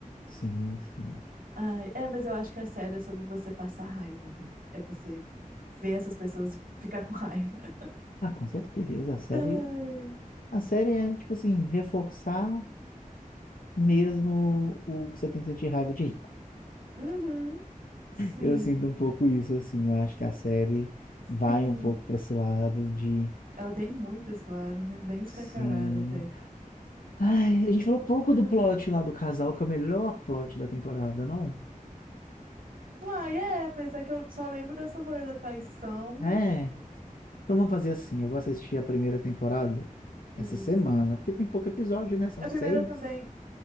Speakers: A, on the left; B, on the right.
A: sim, sim.
B: Ai, é, mas eu acho que a série é sobre você passar raiva, velho. É você ver essas pessoas e ficar com raiva. <laughs>
A: Ah, com certeza, a série,
B: Ai.
A: a série é, tipo assim, reforçar mesmo o que você tem que sentir raiva de rico.
B: Uhum. Sim,
A: Eu sinto um pouco isso, assim. Eu acho que a série vai
B: sim.
A: um pouco para esse lado de.
B: Ela tem muito esse lado, né? Bem escancarado
A: Sim.
B: até.
A: Ai, a gente falou pouco
B: Ai.
A: do plot lá do casal, que é o melhor plot da temporada, não?
B: Uai, é, mas é que eu só lembro dessa rolê da traição.
A: É. Então vamos fazer assim: eu vou assistir a primeira temporada
B: Isso.
A: essa semana, porque tem pouco episódio, né? São
B: A
A: seis.
B: primeira também.